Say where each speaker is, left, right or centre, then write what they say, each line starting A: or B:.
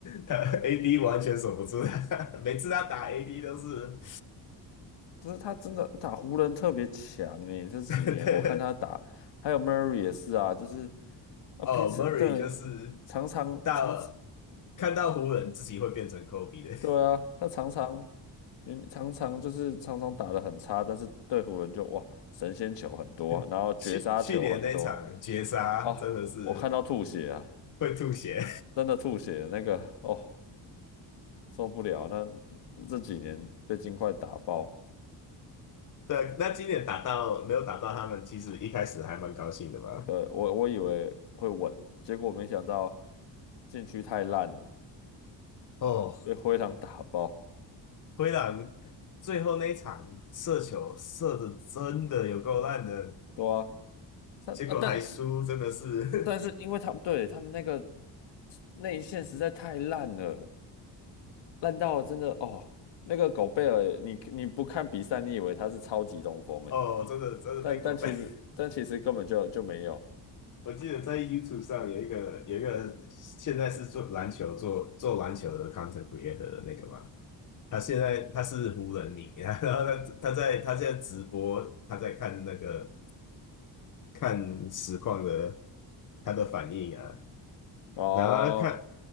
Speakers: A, on the left; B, on the left.
A: 他 AD 完全守不住他，<laughs> 每次他打 AD 都是，
B: 就是他真的打湖人特别强哎、这几年我看他打，
A: <laughs> 对，
B: 还有 Murray 也是啊，就是啊，
A: 哦，Murray
B: 平时对，
A: 就是
B: 常常常。
A: 到看到湖人自己会变成 Kobe 的，
B: 对啊，他常常明常常就是常常打得很差，但是对湖人就哇神仙球很多，然后绝杀球很多
A: <laughs> 去去年那场绝杀真的是
B: 哦，我看到吐血啊，
A: 会吐血，
B: 真的吐血，那个哦受不了，那这几年被金快打爆，
A: <laughs> 对啊，那今年打到没有打到他们，其实一开始还蛮高兴的吧。
B: 对我我以为会稳，结果没想到禁区太烂了，
A: 哦，
B: 被灰狼打爆，
A: 灰狼最后那一场射球射的真的有够烂的，
B: 对啊，但啊但
A: 结果还输，真的是
B: 但是因为他们对他们那个内线实在太烂了。烂到真的哦，那个狗贝尔，你你不看比赛，你以为他是超级中锋诶，
A: <laughs> 哦，真的真的被狗背。
B: 但但其实但其实根本就就没有
A: <laughs> 我记得在 YouTube 上有一个有一个现在是做篮球做做篮球的 content creator 的那个嘛，他现在他是湖人迷，<laughs> 然后他他在他现在直播，他在看那个看实况的他的反应啊，
B: 哦，
A: 然后他看